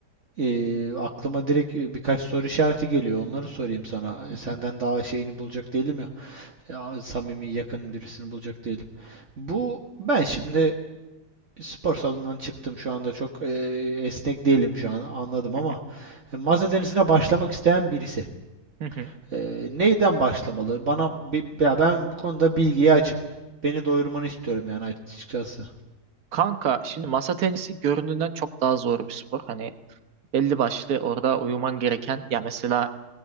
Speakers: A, on the right; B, on the right.
A: e, aklıma direkt e, birkaç soru işareti geliyor. Onları sorayım sana.
B: hı
A: E,
B: hı,
A: Senden daha şeyini bulacak değilim ya. Ya, samimi yakın birisini bulacak değilim. Bu ben şimdi spor salonundan çıktım şu anda çok e, esnek değilim şu an anladım
B: hı
A: ama
B: hı,
A: e, masa tenisine başlamak isteyen birisi.
B: hı hı.
A: E, neyden başlamalı? Bana bi- ya ben bu konuda bilgiye açım. Beni doyurmanı istiyorum yani açıkçası.
B: Kanka şimdi masa tenisi göründüğünden çok daha zor bir spor. Hani belli başlı orada uyuman gereken ya mesela